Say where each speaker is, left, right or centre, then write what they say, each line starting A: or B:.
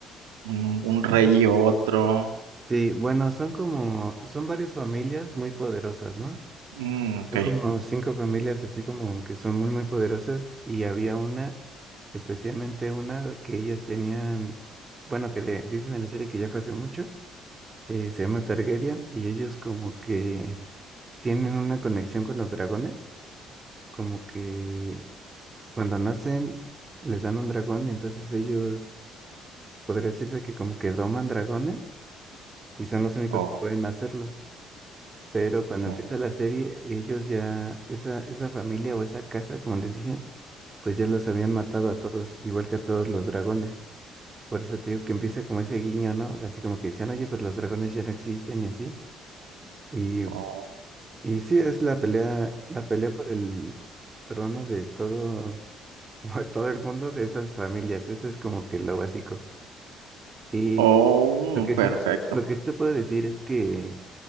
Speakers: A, on the right; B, on the right.
A: un, un rey y otro.
B: Sí, bueno, son como, son varias familias muy poderosas, ¿no?
A: Mm, ok.
B: Son como cinco familias así como que son muy, muy poderosas y había una, especialmente una que ellas tenían, bueno, que de- dicen en la serie que ya fue hace mucho, eh, se llama Targaryen y ellos como que tienen una conexión con los dragones, como que cuando nacen les dan un dragón y entonces ellos, podría decirse que como que doman dragones y son los únicos
A: Oh,
B: que pueden hacerlo. Pero cuando
A: oh,
B: empieza la serie, ellos ya, esa, esa familia o esa casa, como les dicen, pues ya los habían matado a todos, igual que a todos los dragones. Por eso te digo que empieza como ese guiño, ¿no? De Así como que decían, oye, pero los dragones ya no existen y así. Y,
A: oh,
B: y sí, es la pelea, la pelea por el trono de todo, <laughs> como de todo el mundo de esas familias. Eso es como que lo básico. Y
A: oh,
B: lo que
A: perfecto.
B: sí, lo que sí te puedo decir es que